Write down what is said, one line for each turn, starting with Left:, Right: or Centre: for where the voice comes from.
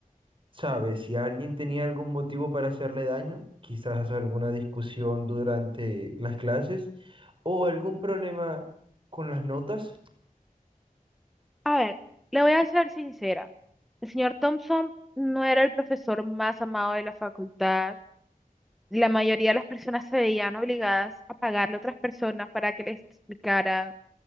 Right: Sabes, si alguien tenía algún motivo para hacerle daño, quizás alguna discusión durante las clases o algún problema con las notas,
Centre: A ver, le voy a ser sincera. El señor Thompson no era el profesor más amado de la facultad. La mayoría de las personas se veían obligadas a pagarle a otras personas para que les explicara